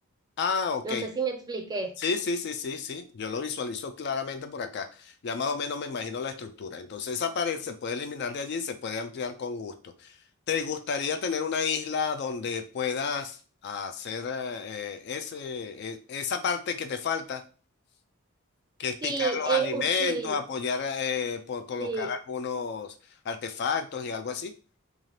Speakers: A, on the left (about 50°); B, on the right (about 20°).
A: Ah, ok.
B: No sé si me expliqué.
A: Sí, sí, sí, sí, sí. Yo lo visualizo claramente por acá. Ya más o menos me imagino la estructura. Entonces esa pared se puede eliminar de allí y se puede ampliar con gusto. ¿Te gustaría tener una isla donde puedas hacer eh, eh, ese, e- esa parte que te falta, que es picar
B: Sí,
A: los
B: es,
A: alimentos,
B: uh, sí,
A: apoyar eh, por colocar
B: sí.
A: algunos artefactos y algo así?